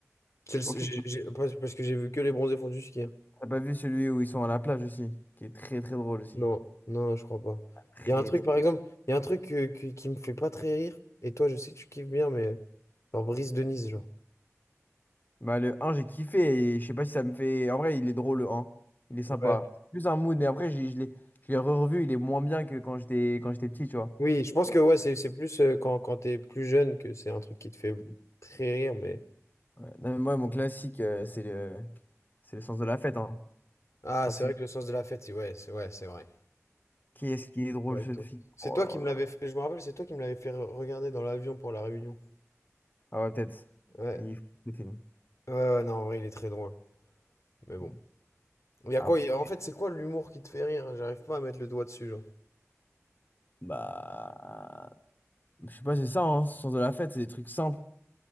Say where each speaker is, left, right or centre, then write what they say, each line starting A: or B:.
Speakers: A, on the left; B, on the left.
A: C'est
B: Ok,
A: le- j'ai- j'ai- Parce parce que j'ai vu que les bronzés font du ski. hein.
B: t'as pas vu celui où ils sont à la plage aussi, qui est très très drôle aussi.
A: Non, non, je crois pas.
B: Très,
A: Il y a un truc,
B: très-
A: par exemple, il y a un truc que- que- qui me fait pas très rire. Et toi, je sais que tu kiffes bien, mais genre Brice de Nice, genre.
B: Bah, le un, j'ai kiffé et je sais pas si ça me fait. En vrai, il est drôle le un. Il est sympa.
A: Ouais.
B: Plus un mood, mais après, j'ai- je l'ai je l'ai revu, il est moins bien que quand j'étais quand j'étais petit, tu vois.
A: Oui, je pense que ouais, c'est c'est plus euh, quand, quand t'es plus jeune que c'est un truc qui te fait très rire, mais.
B: Ouais. Non, mais moi, mon classique, euh, c'est le... c'est le sens de la fête. Hein.
A: Ah,
B: Enfin,
A: c'est
B: c'est...
A: vrai que le sens de la fête, c'est- ouais, c'est ouais, c'est vrai.
B: Qui est-ce qui est drôle
A: D'accord avec
B: ce
A: toi.
B: film?
A: C'est
B: Oh
A: toi
B: là
A: qui me l'avais
B: là.
A: fait, je me rappelle, c'est toi qui me l'avais fait re- regarder dans l'avion pour la réunion.
B: Ah ouais, peut-être.
A: Ouais.
B: Il est fou, ce film.
A: Ouais, ouais, non, en vrai, il est très drôle. Mais bon.
B: Mm.
A: Il y
B: Après,
A: a quoi, il y a- en fait, c'est quoi l'humour qui te fait rire? J'arrive pas à mettre le doigt dessus, genre.
B: bah. Je sais pas, c'est ça, hein, le sens de la fête. C'est des trucs simples,